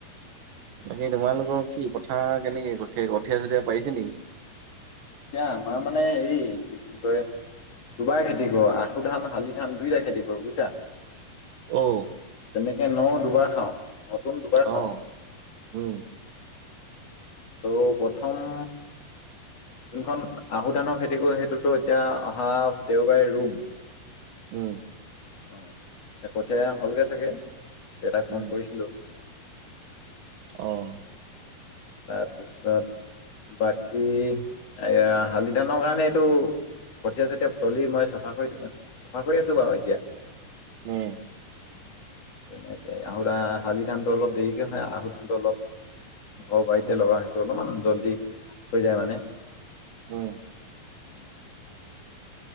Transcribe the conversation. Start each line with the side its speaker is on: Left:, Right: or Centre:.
Right: বাকী
Left: এতিয়া
Right: তোমালোকৰ কি? পথাৰ কেনেকে কঠীয়া চঠিয়া পাৰিছে নেকি?
Left: এতিয়া আমাৰ মানে, এই কি বুলি কয়, দুবাৰ খেতি কৰোঁ আহু ধান, শালি ধান দুইটাই খেতি কৰোঁ বুজিছা।
Right: অ'!
Left: এতিয়া ন দুবাৰ খাওঁ। নতুন দুবাৰ খাওঁ
Right: অ'! উম!
Left: ত' প্ৰথম যোনখন আহু ধানৰ খেতি কৰোঁ, সেইটোতো এতিয়া অহা দেওবাৰে ৰোম।
Right: উম!
Left: অ'! এ কঠিয়াই হ'লগৈ চাগে। দেউতাক
Right: উম,
Left: ফোন কৰিছিলোঁ।
Right: অ'!
Left: তাৰপিছত। বাকী এইয়া, শালি ধানৰ কাৰণে, এইটো কঠিয়া- চঠিয়া তলি মই চফা কৰি, চফা কৰি আছোঁ বাৰু এতিয়া।
Right: উম!
Left: <unintelligible> আহু ধান, শালি ধানটো অলপ দেৰিকে হয়। আহু ধানটো অলপ ঘৰ বাৰিতে
Right: উম,
Left: লগা সেইটো অলপমান জল্দি হৈ যায় মানে।
Right: উম!
Left: <unintelligible>